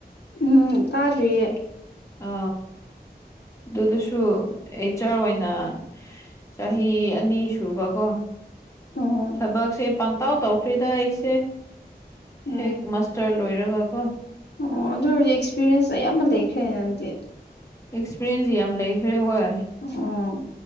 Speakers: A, on the left (about 85°); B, on the left (about 15°).
A: ꯎꯝ ꯇꯥꯗ꯭ꯔꯤꯌꯦ
B: ꯑ ꯑꯗꯨꯗꯁꯨ ꯑꯩꯆꯔ ꯑꯣꯏꯅ ꯆꯍꯤ ꯑꯅꯤ ꯁꯨꯕꯀꯣ
A: ꯎꯝ
B: ꯊꯕꯛꯁꯦ ꯄꯪꯇꯧ ꯇꯧꯈ꯭ꯔꯦꯗ ꯑꯩꯁꯦ
A: ꯎꯝ
B: ꯍꯦꯛ ꯃꯥꯁꯇꯔ ꯂꯣꯏꯔꯒꯀꯣ
A: ꯑꯣ ꯑꯗꯨ ꯑꯣꯏꯔꯗꯤ ꯑꯦꯛꯁꯄꯤꯔꯦꯟꯁ ꯑꯌꯥꯝꯕ ꯂꯩꯈ꯭ꯔꯦ ꯅꯪꯗꯤ
B: ꯑꯦꯛꯁꯄ꯭ꯔꯦꯟꯁ ꯌꯥꯝ ꯂꯩꯈ꯭ꯔꯦ ꯍꯣꯏ
A: ꯑꯣ